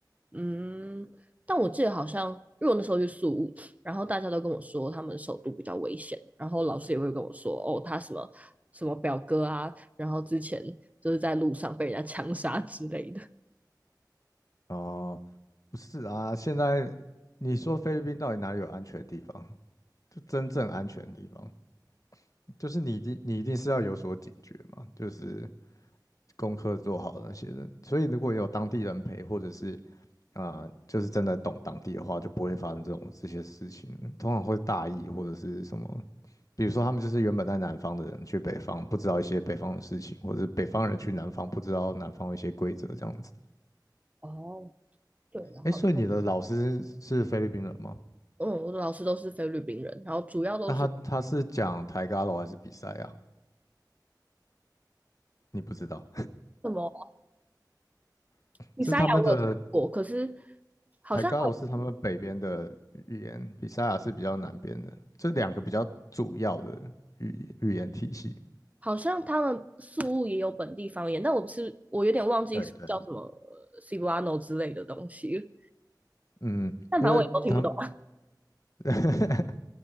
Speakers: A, on the right (about 20°); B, on the left (about 50°).
A: 嗯，但我记得好像，因为我那时候去宿务，然后大家都跟我说他们首都比较危险，然后老师也会跟我说，哦，他什么什么表哥啊，然后之前就是在路上被人家枪杀之类的。
B: 哦、不是啊，现在你说菲律宾到底哪里有安全的地方？就真正安全的地方，就是你一定你一定是要有所警觉嘛，就是功课做好那些人。所以如果有当地人陪，或者是啊、呃就是真的懂当地的话，就不会发生这种这些事情。通常会大意或者是什么，比如说他们就是原本在南方的人去北方，不知道一些北方的事情，或者是北方人去南方不知道南方的一些规则这样子。
A: 哦，对，然后
B: 哎，所以你的老师是菲律宾人吗？
A: 嗯，我的老师都是菲律宾人，然后主要都是
B: 那他他是讲台嘎楼还是比赛啊？你不知道，
A: 什么
B: <laughs>
A: 米沙亚我有听过，
B: 这是他们的
A: 可是好像还有
B: 台嘎楼是他们北边的语言，比赛啊是比较南边的，这两个比较主要的语语言体系。
A: 好像他们宿务也有本地方言，但我是我有点忘记叫什么
B: 对对，
A: Cebuano 之类的东西，
B: 嗯，
A: 但反正我也都听不懂。
B: 因为他们，<laughs>